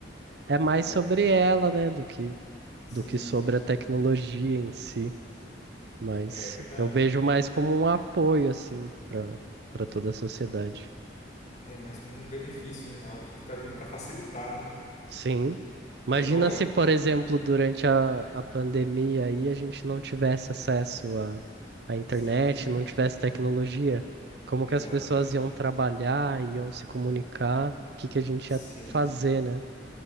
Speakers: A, on the right (about 60°); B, on the left (about 40°).
A: é mais
B: É,
A: sobre ela, né, do que,
B: sim,
A: do que sobre
B: sim.
A: a tecnologia em si. Mas
B: É verdade.
A: eu vejo mais como um apoio, assim, para para toda a sociedade.
B: É mais um benefício, né? Algo que tá vindo para facilitar, né?
A: Sim. Imagina
B: É igual.
A: se,
B: a-
A: por exemplo, durante a, a pandemia aí a gente não tivesse acesso à, à internet,
B: Sim,
A: não tivesse tecnologia. Como
B: exatamente.
A: que as pessoas iam trabalhar, iam se comunicar, o que que a gente
B: Sim.
A: ia fazer, né?